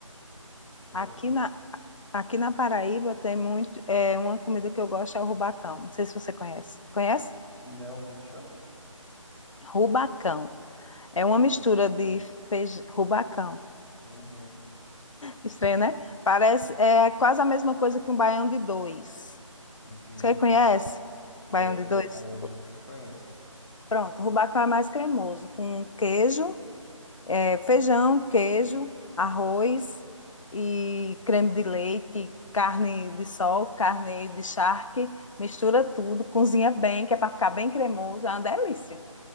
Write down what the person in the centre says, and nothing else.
Eu
não, como chama?
Uhum,
entendi.
Conheço,
Baião de dois conheço.